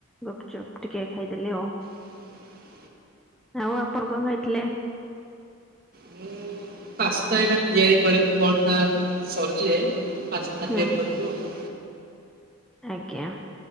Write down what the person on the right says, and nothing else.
ହଁ
ମୁଁ ପାସ୍ତା ଏଇନେ ତିଆରି କରିବୁ କଣଟା <unintelligible> ପାସ୍ତା
ତିଆରି କରିବୁ ଆଉ।